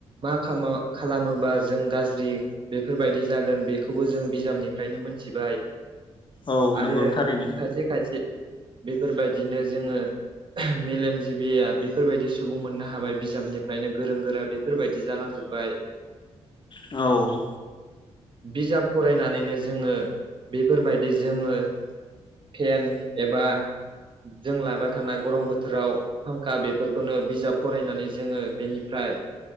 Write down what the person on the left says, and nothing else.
औ
नंगौ थारैनो
औ